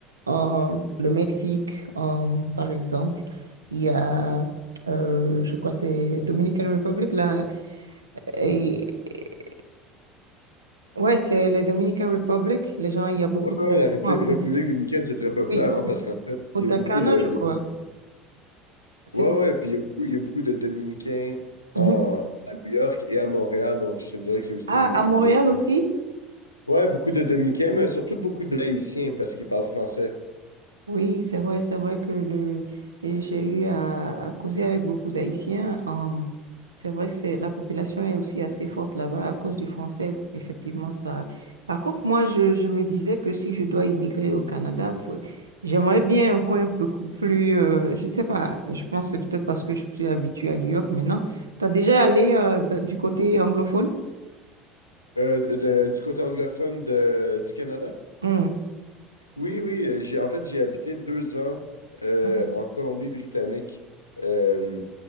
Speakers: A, on the right; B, on the left.
A: Euh, le Mexique, euh, par exemple. Il y a, euh, je crois, que c'est Dominican Republic, là. Et, et- ouais, c'est les Dominican Republic. Les gens, il y a beaucoup
B: Ouais,
A: de
B: ouais,
A: gens
B: la
A: qui
B: Répli-
A: vont à Punta,
B: République dominicaine, c'est très populaire,
A: oui,
B: hein, parce qu'en fait,
A: Punta
B: il y a beaucoup
A: Cana,
B: de.
A: je
B: il
A: crois.
B: y a bou-
A: C'est,
B: ouais, ouais, puis il y a beaucoup, il y a beaucoup de Dominicains
A: Mhm.
B: en, à New York et à Montréal, donc je te dirais que c'est aussi
A: Ah,
B: une,
A: à Montréal
B: une destination
A: aussi?
B: Ouais, beaucoup de Dominicains, mais surtout beaucoup d'Haïtiens parce qu'ils parlent français.
A: Oui, c'est vrai, c'est vrai que le, et j'ai eu à, à causer avec beaucoup d'Haïtiens. hum, c'est vrai que c'est, la population est aussi assez forte là-bas à cause du français. Effectivement, ça. Par contre, moi, je, je me disais que si je dois immigrer au Canada, faut- j'aimerais bien un coin beaucoup plus. euh, je sais pas. Je pense que c'est peut-être parce que je suis habituée à New York maintenant. Tu as déjà allé euh, d- du côté anglophone?
B: Euh, de- du côté anglophone de- du Canada?
A: Hum,
B: Oui, oui, euh, j'ai en fait j'ai habité deux ans euh,
A: Ah, d'accord.
B: en Colombie-Britannique euh,